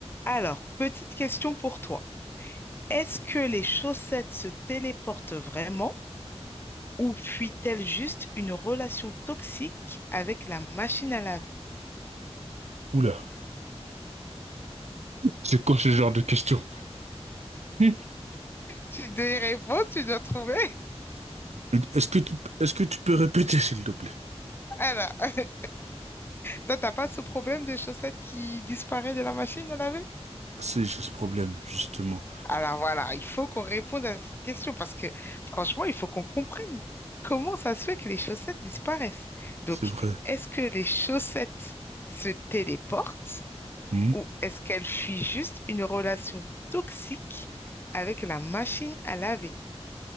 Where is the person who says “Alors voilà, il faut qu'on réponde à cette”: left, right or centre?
Left